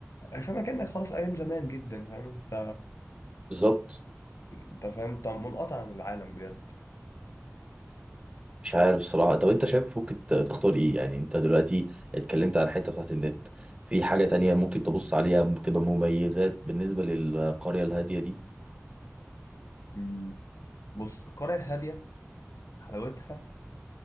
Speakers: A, on the left; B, on the right.
A: فاهم كانك خلاص ايام زمان جدا فاهم انت
B: بالظبط
A: انت فاهم انت منقطع عن العالم بجد
B: مش عارف صراحه طب انت شايف ممكن ت- تختار ايه يعني انت دلوقتي اتكلمت على الحته بتاعت النت في حاجه تانية ممكن تبص عليها تبقى مميزات بالنسبه للقريه الهاديه دي
A: مم. بص القرية الهادية حلاوتها